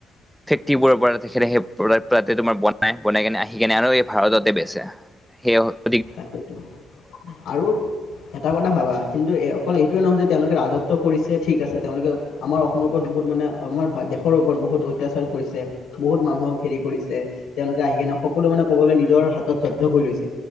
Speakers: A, in the centre; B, on the left (about 80°).
A: ফেক্টিবোৰৰ পৰা তে তোমাৰ পৰা নাই বনাই কেনে আহি কেনে আৰু এই ভাৰততে বেছে সেইয়
B: তাকেটো, আৰু এটা কথা ভাবা কিন্তু অকল এইটোৱে নহয় যে তেওঁলোকে ৰাজত্ব কৰিছে ঠিক আছে তেওঁলোকে আমাৰ অসমৰ ওপৰত বহুত মানে আমাৰ দেশৰ ওপৰত বহুত অত্যাচাৰ কৰিছে, বহুত মানুহক হেৰি কৰিছে, তেওঁলোকে আহি কেনে সকলো মানে ক'ব গলে নিজৰ হাতত কৰি লৈছে।